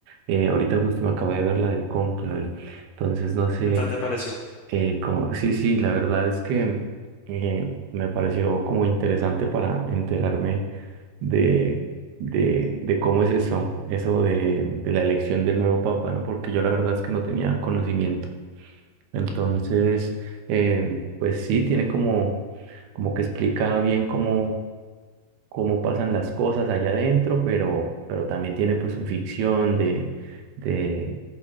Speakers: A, on the right; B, on the left.
A: eh, ahorita justo me acabo de ver la del Cónclave, entonces no sé,
B: ¿Qué tal te pareció?
A: eh, cómo- sí, sí, la verdad es que eh, me pareció como interesante para enterarme de, de, de cómo es eso, eso de, de la elección del nuevo papa, ¿no? Porque yo la verdad es que no tenía conocimiento. Entonces, eh, pues sí, tiene como, como que explica bien cómo, cómo pasan las cosas allá adentro, pero, pero también tiene pues su ficción de, de,